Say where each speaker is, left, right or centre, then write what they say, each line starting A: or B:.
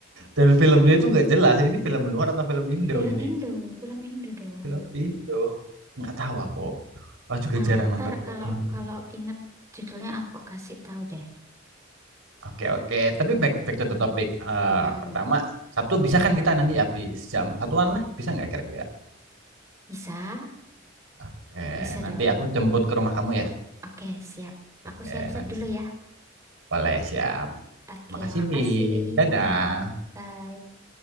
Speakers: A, on the right (about 85°); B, on the right (about 15°).
A: Dan filmnya itu nggak jelas. Ini film luar atau film Indo
B: Film
A: ini?
B: Indo. Film Indo dong.
A: Film Indo. Nggak tahu aku. Aku juga
B: Ah,
A: jarang
B: ntar
A: nonton film
B: ka-
A: Indo.
B: kalau inget judulnya aku kasih tahu deh.
A: Oke oke. Tapi back back to the topic. Eh,
B: Mm,
A: pertama Sabtu bisa kan kita nanti habis jam satuan lah. Bisa nggak kira-kira?
B: Bisa?
A: Oke.
B: Bisa
A: Nanti
B: dong.
A: aku jemput ke rumah kamu ya.
B: Oke, siap.
A: Oke.
B: Aku siap-siap
A: Nanti
B: dulu ya.
A: boleh siap.
B: Oke,
A: Makasih
B: makasih.
A: Vin. Dadah.
B: Ya, bye.